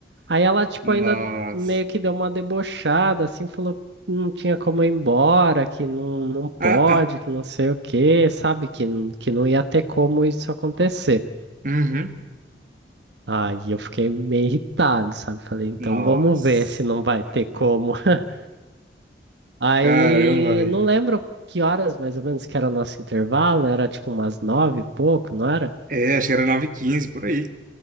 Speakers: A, on the right (about 75°); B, on the right (about 45°).
A: Aí ela, tipo,
B: Nossa.
A: ainda meio que deu uma debochada, assim, falou que não tinha como ir embora, que não, não
B: Ah,
A: pode,
B: ah.
A: que não sei o quê, sabe? Que, n- que não ia ter como isso acontecer.
B: Uhum.
A: Aí eu fiquei meio irritado, sabe? Falei, então
B: Nossa.
A: vamos ver se não vai ter como. <laughs> Aí
B: Caramba, velho.
A: não lembro que horas mais ou menos que era o nosso intervalo, era tipo umas nove e pouco, não era?
B: É, acho que era nove h 15 por aí.